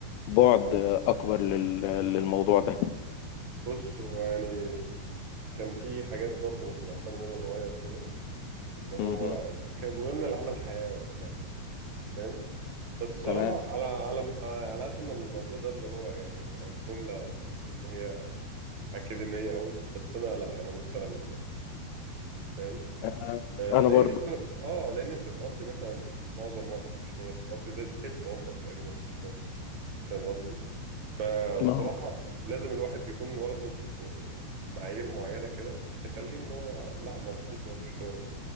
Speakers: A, on the left; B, on the right.
A: بعد آه، اكبر لل- للموضوع ده
B: بص هو يعني كان في حاجات برضه انا سمعتها من وانا صغير كده اللي هو
A: مهم.
B: كان بيقولوا لنا العمل حياة وبتاع فاهم بس صراحة
A: تمام
B: على على على قد ما الموضوع ده اللي هو يعني او الجملة تحس ان هي اكاديمية قوي بس انا لا انا مقتنع بالموضوع فاهم
A: آه،
B: آه،
A: انا
B: لان
A: برضو
B: انت اه لان انت بتقضي مثلا معظم وقتك في الشغل انت بتقضي تلت عمرك تقريبا في الشغل فاهم قصدي فالصراحة
A: ما هو
B: لازم الواحد يكون واخده ب- بمعايير معينة كده تخليه إن هو لأ مبسوط وهو في الشغل ده